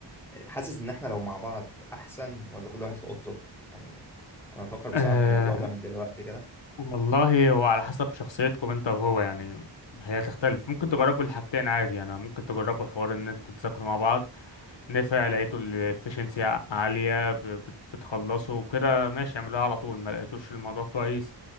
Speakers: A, in the centre; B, on the left.
A: حاسس ان احنا لو مع بعض احسن ولا كل واحد في اوضته يعني انا بفكر بصراحه
B: أه
A: في الموضوع ده من دلوقتي كده
B: والله هو على حسب شخصيتكم انت وهو يعني هي تختلف ممكن تجربوا الحاجتين عادي يعني ممكن تجربوا حوار ان انتوا تذاكروا مع بعض نفع لقيتوا الافشنسي عالية ب- بت- بتخلصوا وكده ماشي اعملوها على طول ما لقيتوش الموضوع كويس